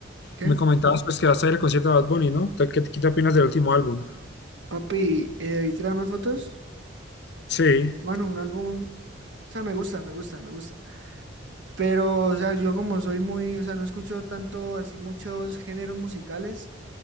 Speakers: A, on the right (about 70°); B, on the left (about 60°).
A: ¿Qué?
B: me comentabas pues que vas a ir al concierto de Bad Bunny, ¿no? ¿Qué, qué te opinas del último álbum?
A: Papi, eh, ¿y tirarme fotos?
B: Sí,
A: Bueno, un álbum, o sea, me gusta, me gusta, me gusta. Pero, o sea, yo como soy muy, o sea, no escucho tanto así muchos géneros musicales,